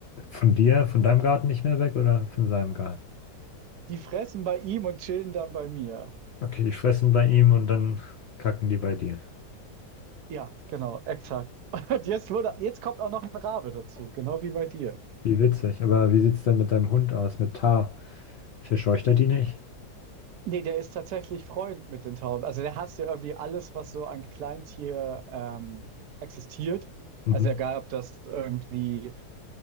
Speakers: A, on the left; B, on the right.
A: Von dir, von deinem Garten nicht mehr weg oder von seinem Garten?
B: Die fressen bei ihm und chillen dann bei mir.
A: Okay, die fressen bei ihm und dann kacken die bei dir.
B: Ja, genau, exakt. <laughs> Und jetzt wurde, jetzt kommt auch noch ein Rabe dazu, genau wie bei dir.
A: Wie witzig. Aber wie sieht es denn mit deinem Hund aus, mit Tar? Verscheucht er die nicht?
B: Nee, der ist tatsächlich Freund mit den Tauben. Also der hasst ja irgendwie alles, was so an Kleintier ähm, existiert.
A: Mhm.
B: Also egal, ob das irgendwie